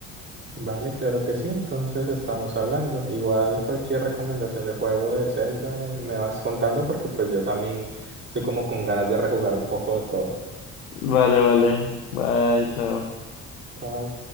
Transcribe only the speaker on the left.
Vale, vale, bye, chao.